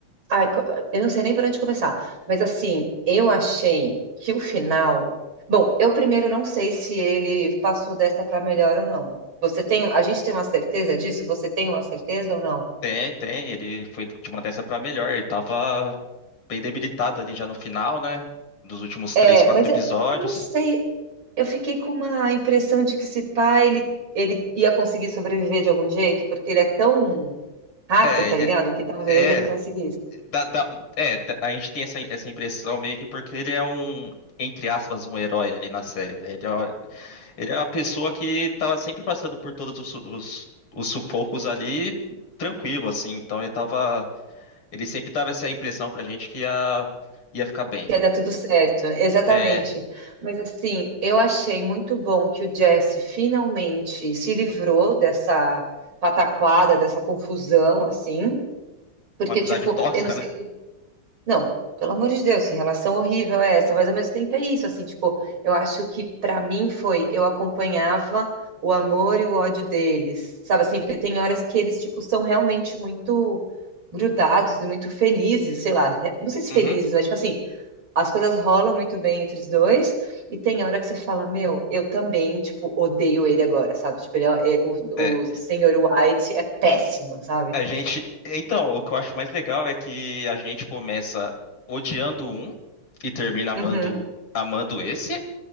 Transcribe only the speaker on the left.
Tem, tem, ele foi de uma dessa pra melhor. Ele tava bem debilitado ali já no final, né? Dos últimos
três, quatro
episódios.
É,
ele
é.
da- da- é, da- a gente tem essa, essa impressão meio que porque ele é um, entre aspas, um herói ali na série, né? Ele é, o- ele é a pessoa que tava sempre passando por todos os, su- os, os sufocos ali tranquilo, assim. Então ele tava, ele sempre dava essa impressão pra gente que ia, ia ficar bem.
É,
uma amizade
tóxica,
né?
Uhum.
É,
a gente, então, o que eu acho mais legal é que a gente começa odiando um e termina amando,
amando esse.